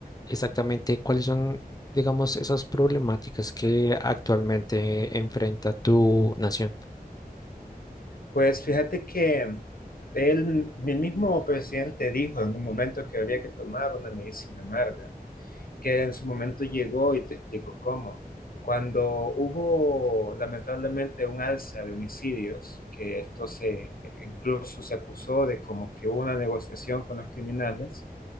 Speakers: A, on the left; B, on the left.
A: exactamente cuáles son, digamos, esas problemáticas que actualmente enfrenta tu nación.
B: Pues fíjate que él, el mismo presidente dijo en un momento que habría que tomar una medicina amarga. que en su momento llegó y te explico cómo. Cuando hubo lamentablemente un alza de homicidios, que esto se incluso se acusó de como que hubo una negociación con los criminales,